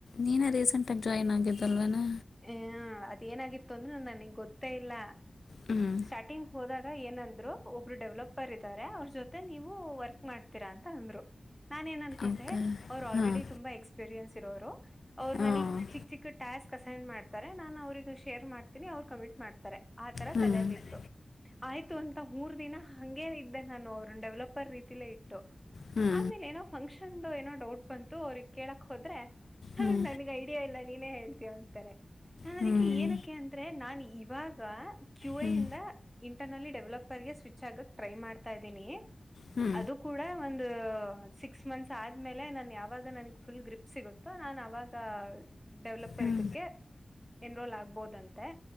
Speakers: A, on the left (about 85°); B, in the centre.
A: ನೀನೇ ರೀಸೆಂಟ್ ಆಗಿ ಜಾಯ್ನ್ ಆಗಿದ್ದಲ್ವೇನೆ
B: ಹ ಅದ ಏನಾಗಿತ್ತು ಅಂದ್ರೆ ನನಗ್ ಗೊತ್ತೇ ಇಲ್ಲಾ
A: ಹ್ಞೂ
B: ಸ್ಟಾರ್ಟಿಂಗ್ ಹೋದಾಗ ಏನಂದ್ರು ಒಬ್ರು ಡೆವಲಪರ್ ಇ ತ ಅವ್ರ ಜೊತೆ ನೀವು ವರ್ಕ್ ಮಾಡ್ತೀರಾ ಅಂತ ಅಂದ್ರು ನಾನ ಏನ್ ಅನ್ಕೊಂಡೆ
A: ಓಕೆ
B: ಅವ್ರು ಆಲ್ರೆಡಿ
A: ಹಾಂ
B: ತುಂಬಾ ಎಕ್ಸ್ಪೀರಿಯೆನ್ಸ್ ಇರೋರು ಅವರು
A: ಹಾಂ
B: ನನಗ್ ಚಿಕ್ಕ ಚಿಕ್ಕ ಟಾಸ್ಕ್ ಅಸೈನ್ ಮಾಡ್ತಾರೆ ನಾನು ಅವ್ರಗ ಶೇರ್ ಮಾಡ್ತೀನಿ ಅವ್ರು ಕಮಿಂಟ್ ಮಾಡ್ತಾರೆ ಆ ತರ
A: ಹ್ಞೂ
B: ತಲೆಯಲ್ಲಿತ್ತು. ಆಯ್ತು ಅಂತ ಮೂರ್ ದಿನ ಹಂಗೆ ಇದ ಇದೇ ನಾನು ಅವ್ರ ಡೆವಲಪರ್ ರೀತಿಲ್ಲೇ ಇಟ್ಟು
A: ಹ್ಞೂ
B: ಆಮೇಲೆ ಏನೋ ಫಂಕ್ಷನ್ ಏನೋ ಡೌಟ್ ಬಂತು ಅವ್ರಿಗೆ ಕೇಳಕ್ ಹೋದ್ರೆ
A: ಹ್ಞೂ
B: ಅವ್ರ
A: ಹ್ಞೂ
B: ನನ್ಗ್ ಐಡಿಯಾ ಇಲ್ಲ ನೀನೇ ಹೇಳ್ತೀಯಾ ಅಂತಾರೆ ನಾನ್
A: ಹ್ಞೂ
B: ಅದಕ್ಕೆ ಏನಕ್ಕೆ ಅಂದ್ರೆ ನಾನ್ ಇವಾಗ ಕ್ಯುವಯಿಂದ
A: ಹ್ಞೂ
B: ಇಂಟರ್ನಲ್ಲಿ ಡೆವಲಪರ್ ಗೆ ಸ್ವಿಚ್ ಆಗಕ್ ಟ್ರೈ ಮಾಡ್ತಾ ಇದ್ದೀನಿ.
A: ಹ್ಞೂ
B: ಅದು ಕೂಡ ಒಂದು ಸಿಕ್ಸ್ ಮಂತ್ಸ್ ಆದ್ಮೇಲೆ ನಾನ್ ಯಾವಾಗ ನನ್ ಫುಲ್ ಗ್ರಿಪ್ ಸಿಗುತ್ತೋ ನಾನ್ ಅವಾಗ ಡೆವಲಪರ್
A: ಹ್ಞೂ ಹ್ಞೂ
B: ಇದಕ್ಕೆ ಎನ್ರೋಲ್ ಆಗ್ಬಹದಂತೆ